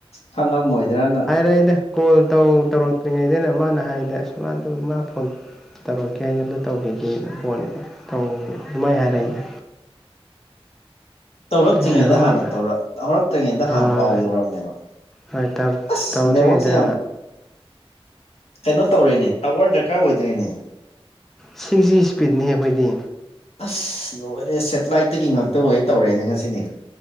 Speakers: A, on the left (about 80°); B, in the centre.
A: ꯈꯪꯉꯝꯃꯣꯏꯗ꯭ꯔꯥꯅ
B: ꯍꯥꯏꯔꯛꯢꯅꯦ ꯀꯣꯜ ꯇꯧꯔꯛ ꯇꯧꯔꯛꯇ꯭ꯔꯤꯉꯩꯗꯅꯦ ꯃꯥꯅ ꯍꯥꯏꯗ ꯑꯁ ꯃꯥ ꯃꯥ ꯐꯣꯟ ꯇꯧꯔꯛꯀꯦ ꯍꯥꯏ ꯑꯗ ꯇꯧꯈꯤꯒꯦꯅ ꯕꯣꯠꯅꯦ ꯇꯧ ꯑꯗꯨꯃꯥꯏꯅ ꯍꯥꯏꯔꯛꯏꯅꯦ
A: ꯇꯧꯔꯛꯇ꯭ꯔꯤꯉꯩꯗ
B: ꯑꯩꯅ ꯍꯣꯏ
A: ꯍꯥꯟꯅ ꯇꯧꯔ ꯍꯧꯔꯛꯇ꯭ꯔꯤꯉꯩꯗ ꯍꯥꯟꯅ
B: ꯍꯣꯏ
A: ꯄꯥꯎ ꯌꯧꯔꯝꯃꯦꯕ
B: ꯍꯣꯏ ꯇꯧ
A: ꯑꯁ
B: ꯇꯧꯗ꯭ꯔꯤꯉꯩꯗ
A: ꯅꯦꯠꯋꯥꯛꯛꯁꯦ ꯌꯥꯝ ꯀꯩꯅꯣ ꯇꯧꯔꯦꯅꯦ ꯇꯥꯋꯔ ꯗ ꯀꯥꯔ ꯑꯣꯏꯗꯔꯤꯅꯦ
B: ꯁꯤꯛꯁꯖꯤ ꯁ꯭ꯀꯤꯟꯅꯦ ꯑꯈꯣꯢꯒꯤ
A: ꯑꯁ ꯂꯣꯏꯔꯦ ꯁꯦꯇꯤꯂꯥꯏꯠꯇꯒꯤ ꯉꯥꯛꯇꯕ ꯑꯣꯏ ꯇꯧꯔꯛꯑꯦꯅꯦ ꯉꯁꯤꯅꯦ